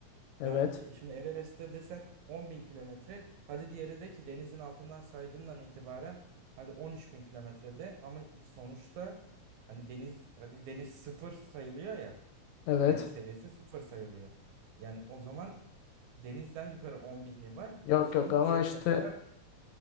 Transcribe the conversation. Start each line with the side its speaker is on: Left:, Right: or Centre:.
Left: evet.
Right: Ya e, şimdi Everest'te desen on bin kilometre hadi diğeri de ki denizin altından saydığından itibaren hadi on üç bin kilometrede ama iki- sonuçta hani deniz hadi deniz sıfır sayılıyor ya.
Left: Evet.
Right: Deniz seviyesi sıfır sayılıyor. Yani o zaman denizden yukarı 10 bini var.
Left: Yok
Right: Şeyin
Left: yok ama
Right: diğeri
Left: işte
Right: mesela